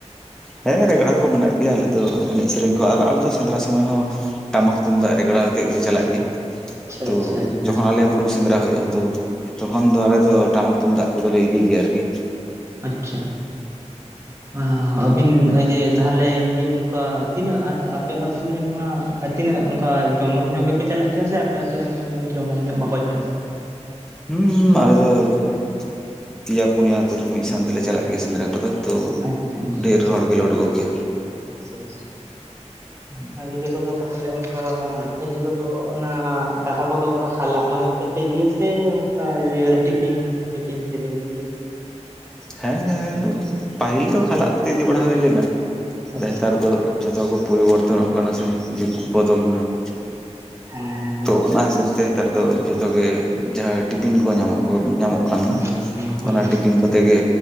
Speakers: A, in the centre; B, on the right.
A: ᱦᱮᱸ ᱨᱮᱜᱽᱲᱟ ᱠᱚ ᱢᱮᱱᱟᱜ ᱜᱮᱭᱟ ᱟᱞᱮ ᱫᱚ ᱮᱱᱮᱡ ᱥᱮᱨᱮᱧ ᱠᱚ ᱟ ᱟᱞᱮ ᱫᱚ ᱥᱮᱸᱫᱽᱨᱟ ᱥᱚᱢᱚᱭ ᱦᱚᱸ ᱴᱟᱢᱟᱠ ᱛᱩᱢᱫᱟᱜ ᱨᱮᱜᱽᱲᱟ ᱟᱛᱮᱫ ᱜᱮᱞᱮ ᱪᱟᱞᱟᱜ ᱜᱮᱭᱟ ᱾
B: ᱟᱪᱪᱷᱟ
A: ᱛᱚ
B: ᱟᱪᱪᱷᱟ ᱟᱪᱪᱷᱟ
A: ᱡᱚᱠᱷᱚᱱ ᱟᱞᱮ ᱵᱩᱨᱩ ᱥᱮᱸᱫᱽᱨᱟ ᱦᱩᱭᱩᱜᱼᱟ ᱛᱚ, ᱛᱚᱠᱷᱚᱱ ᱫᱚ ᱟᱞᱮ ᱫᱚ ᱴᱟᱢᱟᱠ ᱛᱩᱢᱫᱟᱜ ᱠᱚᱫᱚᱞᱮ ᱤᱫᱤ ᱜᱮᱭᱟ ᱟᱨᱠᱤ᱾
B: ᱟᱪᱪᱷᱟ ᱾ <inaudible> ᱟᱹᱵᱤᱱ ᱡᱮ ᱛᱟᱦᱚᱞᱮ ᱮ ᱚᱱᱠᱟ ᱛᱤᱱᱟᱹᱜ ᱟᱯᱮ ᱟᱹᱛᱩ ᱨᱮᱱ ᱢᱟ ᱛᱤᱱᱟᱹᱜ ᱚᱱᱠᱟ ᱡᱚᱢᱚᱠ ᱧᱚᱜ ᱜᱮᱯᱮ ᱪᱟᱞᱟᱜ ᱜᱮᱭᱟ ᱥᱮ ᱟᱯᱮ ᱟᱹᱛᱩ ᱨᱮᱱ ᱫᱚ ᱩᱱᱟᱹᱜ ᱡᱚᱢᱚᱠ ᱧᱚᱜ ᱵᱟᱠᱚ ᱪᱟᱜᱼᱟ?
A: ᱦᱮᱸ ᱟᱞᱮ ᱫᱚ <inaudible> ᱯᱮᱭᱟ ᱯᱩᱱᱭᱟ ᱟᱹᱛᱩ ᱨᱮᱱ ᱢᱤᱫ ᱥᱟᱶ ᱛᱮᱞᱮ ᱪᱟᱞᱟᱜ ᱜᱮᱭᱟ ᱥᱮᱸᱫᱽᱨᱟ ᱠᱚᱫᱚ᱾ ᱛᱚ
B: ᱟᱪᱪᱷᱟ ᱟᱪᱪᱷᱟ᱾
A: ᱰᱷᱮᱨ ᱦᱚᱲ ᱜᱮᱞᱮ ᱩᱰᱩᱠᱚᱜ ᱜᱮᱭᱟ᱾
B: ᱟᱪᱪᱷᱟ ᱟᱪᱪᱷᱟ ᱾
A: <inaudible>
B: ᱟᱨ ᱤᱭᱟᱹ ᱠᱚᱫᱚ ᱛᱟᱦᱚᱞᱮ ᱚᱱᱠᱟ ᱤᱭᱟᱹ ᱠᱚᱫᱚ ᱚᱱᱟ ᱫᱟᱠᱟ ᱠᱚᱫᱚ ᱚᱱᱠᱟ ᱦᱟᱞᱟᱜ ᱢᱟᱞᱟᱜ ᱛᱮ ᱯᱮ ᱤᱫᱤᱭᱟ ᱥᱮ ᱚᱱᱠᱟ ᱴᱤᱯᱷᱤᱱ ᱢᱤᱯᱤᱱ ᱛᱮᱯᱮ ᱤᱫᱤᱭᱟ?
A: ᱦᱮᱸ ᱦᱮᱸ ᱯᱟᱹᱦᱤᱞ ᱫᱚ ᱠᱷᱟᱞᱟᱜ ᱠᱚᱛᱮ ᱤᱫᱤ ᱵᱟᱲᱟ ᱦᱩᱭ ᱞᱮᱱᱟ᱾ ᱟᱫᱚ
B: ᱟᱪᱪᱷᱟ
A: ᱱᱮᱛᱟᱨ ᱫᱚ ᱡᱷᱚᱛᱚ ᱠᱚ ᱯᱚᱨᱤᱵᱚᱨᱛᱚᱱᱚᱜ ᱠᱟᱱᱟ ᱥᱮ ᱡᱩᱜᱽ ᱵᱚᱫᱚᱞ ᱮᱱᱟ ᱾
B: ᱦᱩᱸ ᱦᱩᱸ
A: ᱛᱚ ᱚᱱᱟ ᱦᱤᱥᱟᱹᱵᱽ ᱛᱮ ᱱᱮᱛᱟᱨ ᱫᱚ ᱡᱚᱛᱚ ᱜᱮ ᱡᱟᱦᱟᱸ ᱴᱤᱯᱤᱱ ᱠᱚ ᱧᱟᱢᱚᱜ ᱾ ᱧᱟᱢᱚᱜ ᱠᱟᱱᱟ
B: ᱦᱮᱸ ᱦᱮᱸ ᱦᱮᱸ
A: ᱚᱱᱟ
B: ᱦᱮᱸ
A: ᱴᱤᱯᱤᱱ ᱠᱚᱛᱮᱼᱼ ᱛᱮᱜᱮ